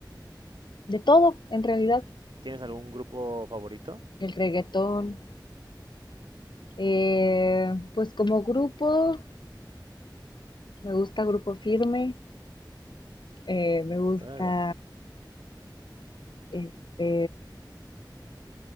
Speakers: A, on the left; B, on the right.
A: de todo en realidad,
B: ¿Tienes algún grupo favorito?
A: el reggaetón. Eh, pues como grupo, me gusta Grupo Firme, Eh, me gusta
B: Órale.
A: este